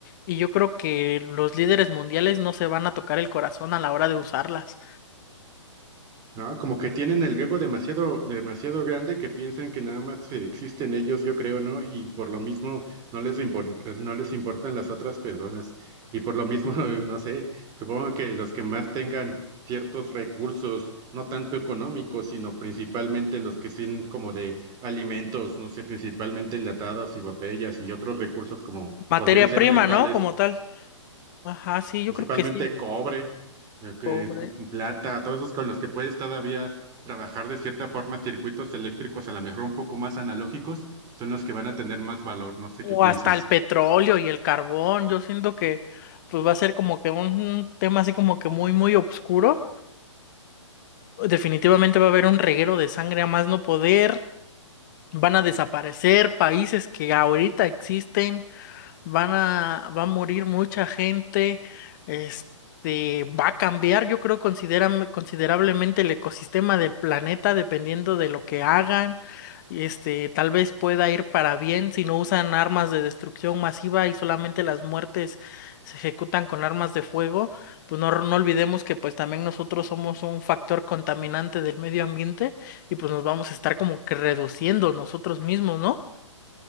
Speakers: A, on the left (about 40°); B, on the right (about 25°).
A: y yo creo que los líderes mundiales no se van a tocar el corazón a la hora de usarlas.
B: No, como que tienen el ego demasiado, demasiado grande que piensan que nada más eh, existen ellos, yo creo, ¿no? Y por lo mismo no les impor- no les importan las otras personas. Y por lo mismo, <laughs> no sé, supongo que los que más tengan ciertos recursos, no tanto económicos, sino principalmente los que son como de alimentos, no sé, principalmente enlatados y botellas y otros recursos como
A: Materia
B: podrían ser
A: prima,
B: metales
A: ¿no? Como tal. Ajá, sí,
B: principalmente
A: yo creo que sí,
B: cobre, eh, que-
A: pobre.
B: que- plata, todos esos con los que puedes todavía trabajar de cierta forma circuitos eléctricos, a lo mejor un poco más analógicos, son los que van a tener más valor, no sé
A: O
B: qué pienses.
A: hasta el petróleo y el carbón, yo siento que pues va a ser como que un tema así como que muy, muy oscuro. Definitivamente va a haber un reguero de sangre a más no poder. Van a desaparecer países que ahorita existen. van a, va a morir mucha gente, este, va a cambiar, yo creo, consideram- considerablemente el ecosistema del planeta, dependiendo de lo que hagan. Este, tal vez pueda ir para bien si no usan armas de destrucción masiva y solamente las muertes se ejecutan con armas de fuego. Pues no, no olvidemos que pues también nosotros somos un factor contaminante del medio ambiente y pues nos vamos a estar como que reduciendo nosotros mismos, ¿no?